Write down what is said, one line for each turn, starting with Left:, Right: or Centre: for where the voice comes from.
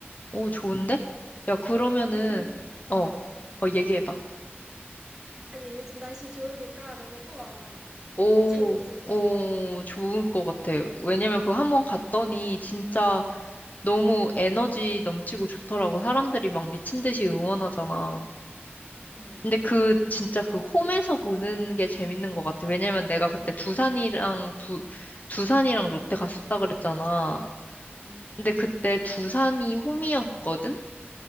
Left: 오,
Right: 음.
Left: 좋은데? 야, 그러면은,
Right: 요즘 아
Left: 어, 어, 얘기해봐.
Right: 아니 요즘 날씨 좋으니까 너도 또 와봐.
Left: 오,
Right: 괜찮을 수도 있어.
Left: 오, 좋을 것 같아. 왜냐면 그거 한번 갔더니 진짜 너무 에너지 넘치고 좋더라고. 사람들이 막 미친 듯이 응원하잖아.
Right: 어.
Left: 근데 그, 진짜 그 홈에서 보는 게 재밌는 것 같아. 왜냐면 내가 그때 두산이랑 부, 두산이랑 롯데 갔었다 그랬잖아.
Right: 음.
Left: 근데 그때 두산이 홈이었거든?